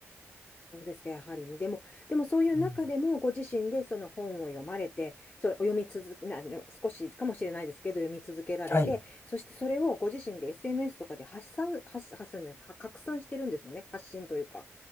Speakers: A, on the left; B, on the left.
A: そうですか、やはりね。でも、でもそういう中でも、
B: うん
A: ご自身でその本を読まれて、それお読み続け、な、少しかもしれないですけど、読み続けられて、
B: はい。
A: そしてそれをご自身で SNS とかで発散、発、発散じゃない、は拡散してるんですもんね。発信というか、